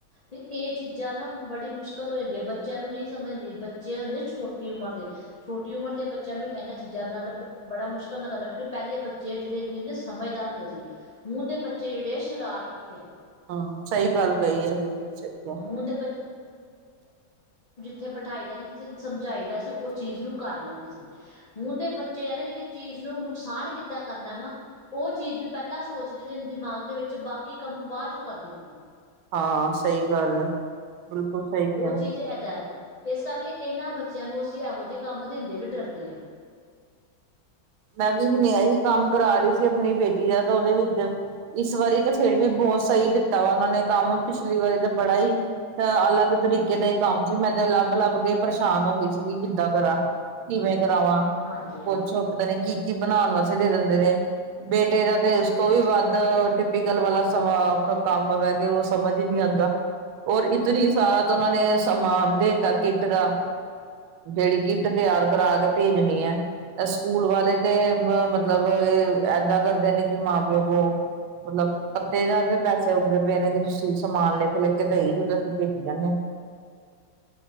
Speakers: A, on the left; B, on the right.
A: ਤੇ ਇਹ ਚੀਜ਼ਾਂ ਨਾ ਬੜੀ ਮੁਸ਼ਕਿਲ ਹੋ ਜਾਂਦੀ ਹੈ ਬੱਚਿਆਂ ਨੂੰ ਨਹੀਂ ਸਮਝਦੀ ਬੱਚੇ ਹੁੰਦੇ ਛੋਟੀ ਉਮਰ ਦੇ ਛੋਟੀ ਉਮਰ ਦੇ ਬੱਚਿਆਂ ਨੂੰ ਇਹਨਾਂ ਚੀਜ਼ਾਂ ਨਾਲ ਬੜਾ ਮੁਸ਼ਕਿਲ ਨਾਲ ਕਰਦਾ ਕਿਉਂਕਿ ਪਹਿਲੇ ਬੱਚੇ ਜਿਹੜੇ ਸੀ ਸਮਝਦਾਰ ਹੁੰਦੇ ਸੀ ਹੁਣ ਦੇ ਬੱਚੇ ਜਿਹੜੇ ਆ ਸ਼ਰਾਰਤੀ ਹੈ।
B: ਹਾਂ, ਸਹੀ ਗੱਲ ਕਹੀ ਹੈ, ਬਿਲਕੁਲ ਸਹੀ ਹੈ।
A: ਹੁਣ ਦੇ ਉੱਥੇ ਬਿਠਾਈ ਦਾ ਸੀ, ਸਮਝਾਈ ਦਾ ਸੀ ਉਹ ਚੀਜ਼ ਨੂੰ ਕਰ ਲੈਂਦੇ ਸੀ। ਹੁਣ ਦੇ ਬੱਚੇ ਆ ਨਾ ਜਿਹੜੇ, ਚੀਜ਼ ਨੂੰ ਨੁਕਸਾਨ ਕਿੱਦਾਂ ਕਰਨਾ ਵਾ ਉਹ ਚੀਜ਼ ਨੂੰ ਪਹਿਲਾਂ ਸੋਚਦੇ ਨੇ, ਦਿਮਾਗ ਦੇ ਵਿੱਚ ਬਾਕੀ ਕੰਮ ਬਾਅਦ ਚੋਂ ਕਰਦੇ ਨੇ।
B: ਹਾਂ, ਸਹੀ ਗੱਲ ਹੈ। ਬਿਲਕੁਲ ਸਹੀ
A: ਉਹ
B: ਕਿਹਾ
A: ਚੀਜ਼ ਏਦਾਂ ਹੈ। ਇਸ ਕਰਕੇ ਇਹਨਾਂ ਬੱਚਿਆਂ ਨੂੰ ਅਸੀਂ ਇਹੋ ਜਿਹੇ ਕੰਮ ਦਿੰਦੇ ਵੀ ਡਰਦੇ ਹਾਂ।
B: ਮੈਂ ਵੀ ਹੁਣ ਇਹੀ ਕੰਮ ਕਰਾ ਰਹੀ ਸੀ ਆਪਣੀ ਬੇਟੀ ਦਾ ਤੇ ਉਹਦੇ ਵਿੱਚ ਇਸ ਵਾਰੀ ਤੇ ਫੇਰ ਵੀ ਬਹੁਤ ਸਹੀ ਦਿੱਤਾ ਵਾ ਉਹਨਾਂ ਨੇ ਕੰਮ ਪਿਛਲੀ ਵਾਰੀ ਤਾਂ ਬੜਾ ਹੀ ਅ ਅਲੱਗ ਤਰੀਕੇ ਦਾ ਹੀ ਕੰਮ ਸੀ, ਮੈਂ ਤੇ ਲੱਭ-ਲੱਭ ਕੇ ਪਰੇਸ਼ਾਨ ਹੋ ਗਈ ਸੀਗੀ ਕਿੱਦਾਂ ਕਰਾਂ ਕਿਵੇਂ? ਕਰਾਵਾਂ
A: ਹਾਂਜੀ
B: ਪੁੱਛੋ ਕੀ ਕੀ ਬਣਾਉਣ ਵਾਸਤੇ ਦੇ ਦਿੰਦੇ ਨੇ ਬੇਟੇ ਦਾ ਤੇ ਤੋਂ ਵੀ ਵੱਧ ਟਿਪਕਲ ਵਾਲਾ ਹਾ, ਸਮਾਂ ਕੰਮ ਮੈ ਕੇ ਉਹ ਸਮਝ ਹੀ ਨੀ ਆਉਂਦਾ ਔਰ ਇਤਨੀ ਸਾਰਾ ਤਾਂ ਉਹਨਾਂ ਨੇ ਸਮਾਨ ਦੇਤਾ ਕਿੱਟ ਦਾ ਜਿਹੜੀ ਕਿੱਟ ਤਿਆਰ ਕਰਾ ਕੇ ਭੇਜਣੀ ਹੈ। ਸਕੂਲ ਵਾਲੇ ਤੇ ਮਤਲਬ ਏਦਾਂ ਕਰਦੇ ਨੇ ਕਿ ਮਾਂ-ਪਿਓ ਕੋਲ ਮਤਲਬ ਪੇੜਾ ਤੇ ਪੈਸੇ ਉੱਗੇ ਪਏ ਨੇ ਕਿ ਤੁਸੀਂ ਸਮਾਨ ਲਿਖ-ਲਿਖਕੇ ਦੇਈ ਜਾਔ, ਤੇ ਅਸੀਂ ਭੇਜ ਜਾਂਦੇ